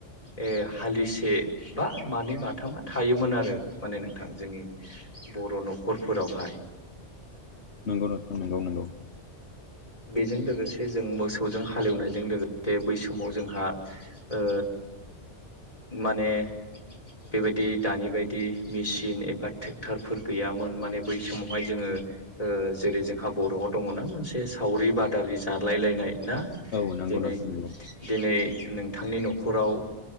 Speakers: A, on the left; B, on the left.
A: ए हालिसे बा मानै माथामा थायोमोन आरो माने नोंथां जोंनि बर' न'खरफोरावहाय।
B: नंगौ नोंथां नंगौ नंगौ
A: जों लोगोसे जों मोसौजों हालेवनायजों लोगोसे बै समाव जोंहा ओ माने बेबायदि दानि बायदि मेसिन एबा ट्रेक्टरफोर गैयामोन माने बै समावहाय जोङो जेरै जोंहा बर'आव दङना मोनसे सावरि बा दालि जालाय लायनाय ना।
B: औ नंगौ
A: दिनै
B: नोंथां नंगौ
A: दिनै नों थांनि न'खराव